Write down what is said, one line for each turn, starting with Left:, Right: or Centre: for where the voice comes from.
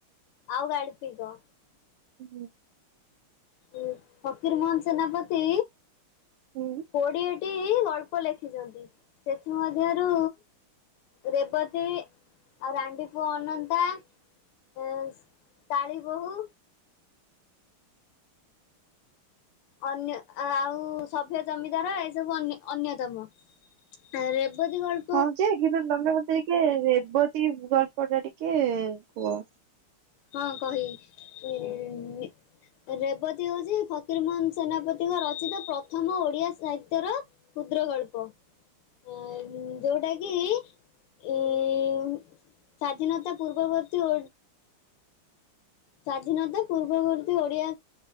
Left: ଆଉ ଗାଳ୍ପିକ।
Right: ହୁଁ।
Left: ଉଁ ଫକୀର ମୋହନ ସେନାପତି
Right: ହୁଁ
Left: କୋଡିଏ। ଗଳ୍ପ ଲେଖିଛନ୍ତି ସେଥି ମଧ୍ୟରୁ। ରେବତୀ ଆଉ! !!!!!!!!! ପୁଅ ଅନନ୍ତା। ଓସ୍ କାଳିୀ ବୋହୂ। ଅନ୍ୟ ଆଉ ସଭ୍ୟ ଜମିଦାର ଏସବୁ ଅନ୍ୟ ଅନ୍ୟତମ। ଆ ରେବତୀ ଗଳ
Right: ହଁ ଯେ କିନ୍ତୁ ତମେ ମତେ ଟିକେ ରେବତୀ ଗଳ୍ପ ଟା ଟିକେ କୁହ।
Left: ହଁ କହି ଇ। ରେବତୀ ହଉଛି ଫକୀର ମୋହନ ସେନାପତିଙ୍କ ରଚିତ ପ୍ରଥମ ଓଡିଆ ସାହିତ୍ୟର। କ୍ଷୁଦ୍ର ଗଳ୍ପ ଆଁ ଯୋଉଟା କି। ଉଁ ସ୍ଵାଧୀନତା ପୂର୍ବବର୍ତ୍ତୀ ଓ ସ୍ୱାଧୀନତା ପୂର୍ବବର୍ତ୍ତୀ ଓଡିଆ।